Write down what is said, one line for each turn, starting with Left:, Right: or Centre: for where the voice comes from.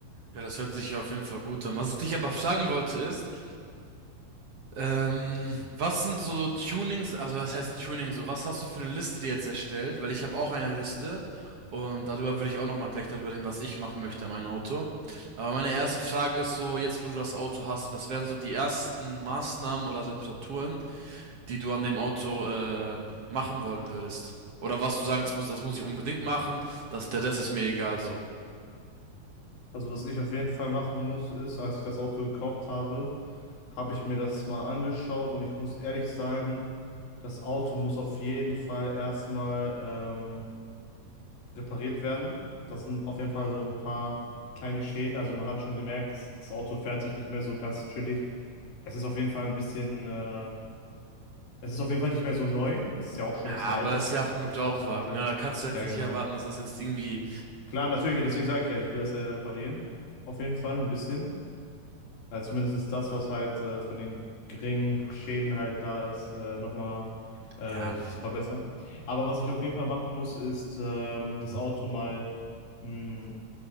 Right: Ja, das hört sich ja auf jeden Fall gut an. Was ich dich aber fragen wollte ist, Ähm, was sind so Tunings, also was heißt Tuning, so was hast du für eine Liste dir jetzt erstellt? Weil ich habe auch eine Liste und darüber würde ich auch nochmal gleich darüber reden, was ich machen möchte an meinem Auto. Aber meine erste Frage ist so, jetzt wo du das Auto hast, was wären so die ersten Maßnahmen oder Reparaturen, die du an dem Auto äh, machen wollen würdest? Oder was du sagen musst, das muss ich unbedingt machen, das, der Rest ist mir egal so.
Left: Also was ich auf jeden Fall machen muss, ist, als ich das Auto gekauft habe, habe ich mir das mal angeschaut und ich muss ehrlich sagen, das Auto muss auf jeden Fall erstmal ähm, repariert werden. Das sind auf jeden Fall so ein paar kleine Schäden. Also man hat schon gemerkt, das, das Auto fährt sich nicht mehr so ganz chillig. Es ist auf jeden Fall ein bisschen, äh, es ist auf jeden Fall nicht mehr so neu. Es ist ja auch schon
Right: Ja,
Left: ein bisschen
Right: aber
Left: älter.
Right: es
Left: 2006.
Right: ist ja auch ein Gebrauchtwagen, ne? Da kannst du jetzt
Left: Ja,
Right: nicht
Left: genau.
Right: erwarten, dass das jetzt irgendwie,
Left: Klar, natürlich, deswegen sage ich ja, ich will das ja reparieren. Auf jeden Fall ein bisschen. Also zumindest das, was halt äh, von den geringen Schäden halt da ist, äh, nochmal äh,
Right: ja,
Left: zu verbessern. Aber was ich auf jeden Fall machen muss, ist ähm, das Auto mal hm,